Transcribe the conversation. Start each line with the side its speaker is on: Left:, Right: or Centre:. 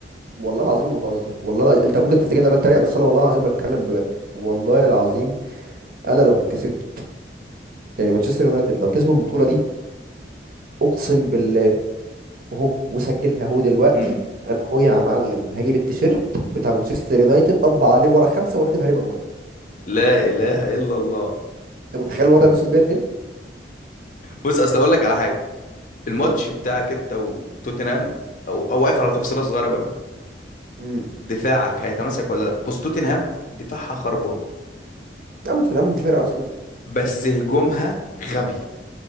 Right: والله العزيم ما بهزر والله الع... انت ممكن تفتكرني انا بتريق بس انا والله العظيم بتكلم بجد والله العظيم انا لو كسبت يعني مانشستر يونايتد لو كسبوا البطوله دي اقسم بالله اهو وسجلها اهو دلوقتي
Left: مم.
Right: انا اهو يا معلم هجيب التيشيرت بتاع مانشستر يونايتد اطبع عليه ورا خمسه واكتب هاري ماجواير
Left: لا اله الا الله
Right: انت متخيل الوضع بيوصل بيا لفين؟
Left: بص اصل اقول لك على حاجه الماتش
Right: يقول لي
Left: بتاعك انت وتوتنهام او او واقف على تفصيله صغيره بقى منها
Right: امم
Left: دفاعك هيتماسك ولا لا بص توتنهام دفاعها خربان
Right: يا عم توتنهام دي فرقه اصلا
Left: بس هجومها غبي